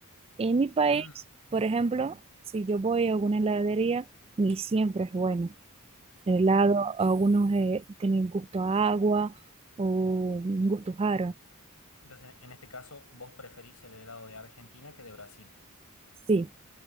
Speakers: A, on the right (about 25°); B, on the left (about 75°).
A: En mi país,
B: Mm,
A: por ejemplo, si yo voy a alguna heladería, ni siempre es bueno. El helado,
B: sí.
A: algunos eh, tienen gusto a agua o un gusto raro.
B: Entonces, en este caso, vos preferís el helado de Argentina que de Brasil.
A: Sí,